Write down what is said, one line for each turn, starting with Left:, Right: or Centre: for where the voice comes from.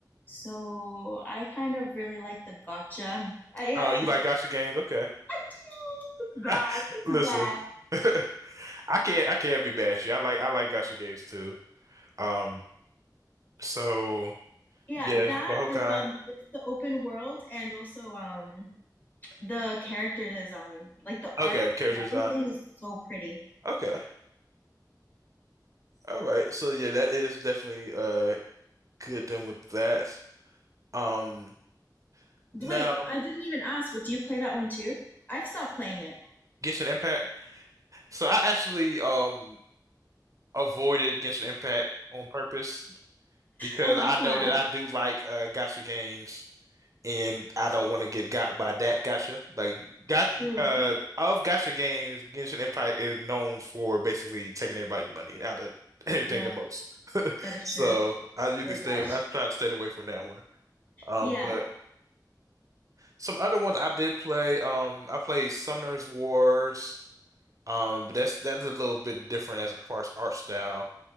Left: So I kind of really like the gotcha. I, uh,
Right: Oh, you like gacha games? Okay.
Left: <laughs> I do. It's bad.
Right: <laughs>
Left: It's
Right: Listen.
Left: bad.
Right: <laughs> I can't I can't be bad at you. I like I like gacha games too. Um so
Left: Yeah,
Right: yeah,
Left: that
Right: but Honkai.
Left: like um it's the open world and also um the character design. Like the art,
Right: Okay, the character design.
Left: everything is so pretty.
Right: Okay. All right. So yeah, that is definitely uh good then with that. Um now
Left: D- Wait, I didn't even ask, but do you play that one too? I've stopped playing it.
Right: Genshin Impact. So I actually um avoided Genshin Impact on purpose because
Left: Uh-huh.
Right: I know
Left: Why?
Right: that I do like uh gacha games and I don't want to get got by that gacha. Like got
Left: True.
Right: uh of gacha games, Genshin Impact is known for basically taking everybody's money out of <laughs> everything
Left: Yeah,
Right: the most.
Left: that is
Right: So
Left: true.
Right: I usually
Left: Oh
Right: stay
Left: gosh.
Right: I try to stay away from that one. Um,
Left: Yeah.
Right: but Some other ones I did play. Um, I played Summoner's Wars. Um, but that's that's a little bit different as far as art style.